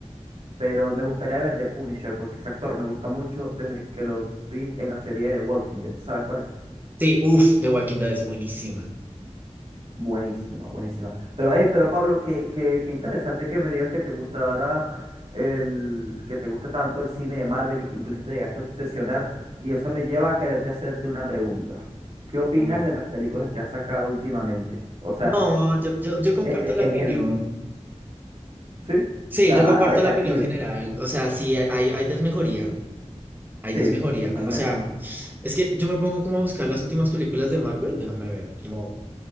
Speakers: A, on the right; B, on the right.
A: pero me gustaría ver The Punisher porque ese actor me gusta mucho desde que lo vi en la serie de Walking Dead. ¿Sabes cuál es?
B: Sí, uff, The Walking Dead es buenísima.
A: Buenísima, buenísima. Pero, hey, pero Pablo, qué, qué, qué interesante que me digas que te gustara el, que te gusta tanto el cine de Marvel y que incluso te llegaste a obsesionar. Y eso me lleva a quererte hacerte una pregunta. ¿Qué opinas
B: Uy.
A: de las películas que han sacado últimamente? O sea,
B: No, yo, yo, yo comparto
A: es, es-
B: la
A: es
B: opinión.
A: heavy, ¿sí? O
B: Sí,
A: sea,
B: yo
A: ha,
B: comparto
A: ha decaído.
B: la opinión general. O sea, sí, hay, hay desmejoría. Hay
A: Sí,
B: desmejoría.
A: totalmente.
B: O sea, es que yo me pongo como a buscar las últimas películas de Marvel. Déjame ver. Como...